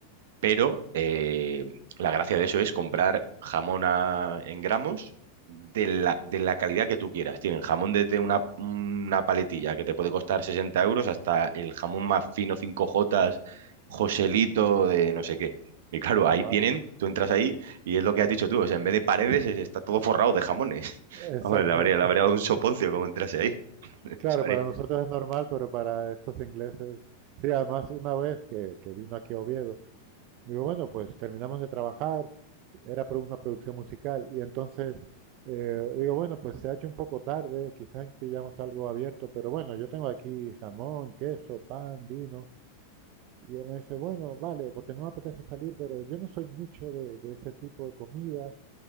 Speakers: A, on the right; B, on the right.
A: pero eh, la gracia de eso es comprar jamón a- en gramos de la, de la calidad que tú quieras. Tienen jamón desde una, una paletilla que te puede costar 60 euros hasta el jamón más fino cinco jotas, Joselito de no sé qué. Y claro,
B: <laughs>
A: ahí
B: vaya,
A: tienen, tú entras ahí y es lo que has dicho tú, o sea, en vez de paredes es- está todo forrado de jamones. <laughs>
B: exactamente.
A: Hombre, le habría, le habría dado un soponcio como entrase ahí, <laughs>
B: Claro,
A: ¿sabría?
B: para nosotros es normal, pero para estos ingleses, sí, además una vez que, que vino aquí a Oviedo, digo, bueno, pues terminamos de trabajar, era pro- una producción musical, y entonces eh, digo, bueno, pues se ha hecho un poco tarde, quizás pillamos algo abierto, pero bueno, yo tengo aquí jamón, queso, pan, vino, y él me dice, bueno, vale, porque no me apetece salir, pero yo no soy mucho de, de ese tipo de comidas.